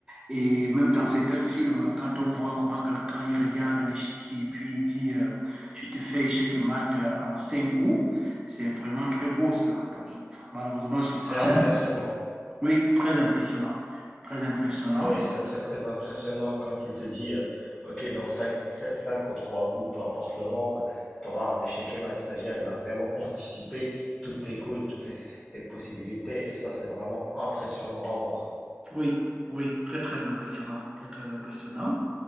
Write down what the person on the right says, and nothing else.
Et même dans certains films, quand on voit comment quelqu'un il regarde un échiquier et puis il dit euh, Je te fais échec et mat euh, en cinq coups, c'est vraiment très beau ça. Donc, malheureusement, j'ai pas.
<laughs>
Oui, très impressionnant. Très impressionnant.
Oui, oui, très, très impressionnant. Très, très impressionnant.